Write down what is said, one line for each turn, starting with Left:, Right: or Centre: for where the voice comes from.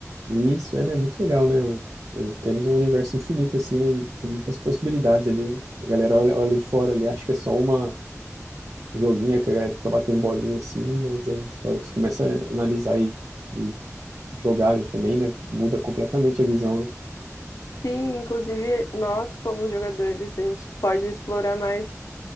Right: e Isso é, né, muito legal, né? O, o tênis é um universo infinito, assim, né? Tem muitas possibilidades ali. A galera olha, olha de fora ali, acha que é só uma joguinha que a galera fica batendo bolinha assim, mas é, a hora que você começa a analisar e, e jogar também, né? Muda completamente a visão,
Left: Sim, inclusive nós, como jogadores, a gente pode explorar mais